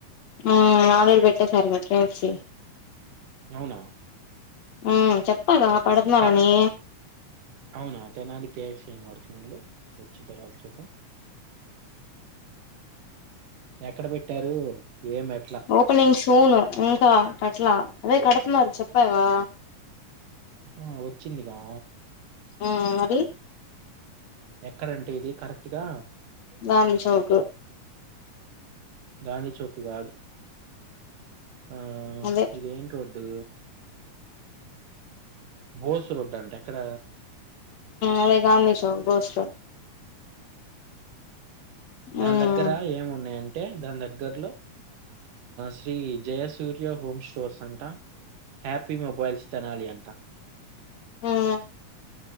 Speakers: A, on the left; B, on the right.
A: ఆ ఆల్రెడీ పెట్టేసారు కదా కే ఎఫ్ సి
B: అవునా
A: ఆ చెప్పాగా పెడుతున్నారని
B: కట్ అవునా తెనాలి కే ఎఫ్ సి అని పడుతుంది వచ్చిన తర్వాత చూద్దాం ఎక్కడ పెట్టారు ఏం ఎట్లా
A: ఓపెనింగ్ షో రూమ్ ఇగా అట్లా అదే కడుతున్నారు అని చెప్పవా
B: ఆ వచ్చిందిగా
A: ఆ అది
B: ఎక్కడంటే ఇది కరెక్ట్ గా
A: గాంధీ చౌక్
B: గాంధీచౌకు కాదు ఆ
A: అదే
B: ఇది ఎం రోడ్డు బోసు రోడ్డు అంటే ఎక్కడ
A: అదే గాంధీ షో బోస్ షో
B: దాని
A: మ్మ్
B: దగ్గర ఏమున్నాయంటే దాని దగ్గర్లో శ్రీ జయసూర్య హోమ్ స్టోర్స్ అంటా హ్యాప్ మొబైల్స్ తెనాలి అంట
A: మ్మ్